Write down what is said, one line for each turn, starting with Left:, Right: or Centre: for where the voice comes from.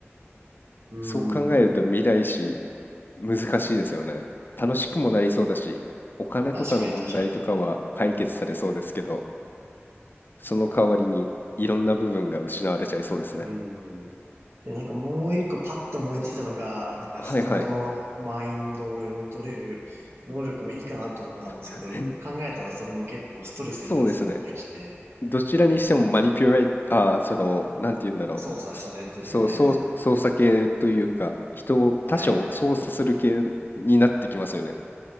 Right: うーん。
Left: そう考えると未来史難しいですよね。楽しくもなりそうだし、お金とかの問題とかは解決されそうですけど、
Right: 確かに確かに。
Left: その代わりにいろんな部分が失われちゃいそうですね。
Right: うん。で、なんかもう一個パッと思いついたのが、なんか人のマインドを読み取れる能力もいいかなって思ったんですけど、
Left: はいはい。<laughs>
Right: よく考えたらそれも結構ストレスになりそうな気がして、
Left: そうですね。どちらにしてもマニピュレイ、ああ、その、なんて言うんだろう。
Right: 操作されてるみたいな。
Left: すそう、そう、操作系というか、人を、
Right: はい。
Left: 他者を操作する系になってきますよね。